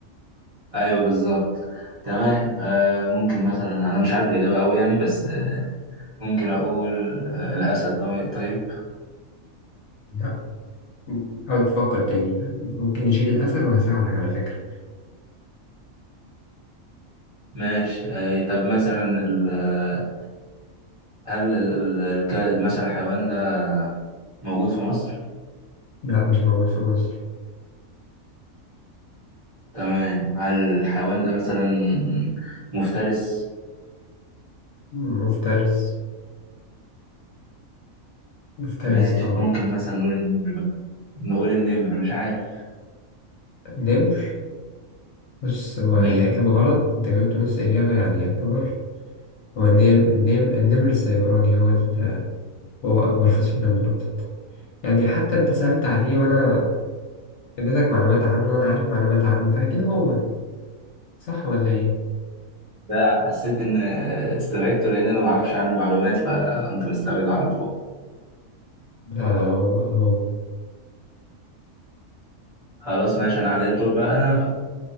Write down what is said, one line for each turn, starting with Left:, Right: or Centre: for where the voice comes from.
Right: ايوه بالظبط تمام آه ممكن مثلا انا مش عارف الاجابه قوي يعني بس آه، ممكن اقول آه الاسد طبعا طيب
Left: لا حاول تفكر تاني يعني ممكن نشيل الأسد وهساعدك على فكرة
Right: ماشي آه طب مثلا ال- هل ال- ال- الك- مثلا الحيوان ده موجود في مصر
Left: لا مش موجود في مصر
Right: تمام هل الحيوان ده مثلا مفترس
Left: مفترس مفترس
Right: ماشي
Left: طبعا
Right: ممكن مثلا نقول النمر بقى. نقول النمر مش عارف
Left: النمر بص هو
Right: مم.
Left: هي إجابة غلط أنت جاوبت نص إجابة يعني يعتبر هو النمر النمر, النمر السيبراني هو ال... هو أكبر فصيلة من القطط يعني حتى أنت سألت عليه وأنا اديتك معلومات عنه وانا عارف معلومات عنه فاكيد هو صح ولا ايه
Right: ده حسيت ان استبعدته لان انا ما اعرفش عنه معلومات فقمت مستبعده على طول
Left: لا لا هو هو
Right: خلاص ماشي انا عليا الدور بقى انا